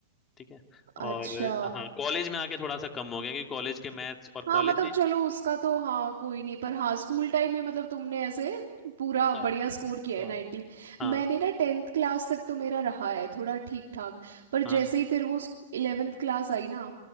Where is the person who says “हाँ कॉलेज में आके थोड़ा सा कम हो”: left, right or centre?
Left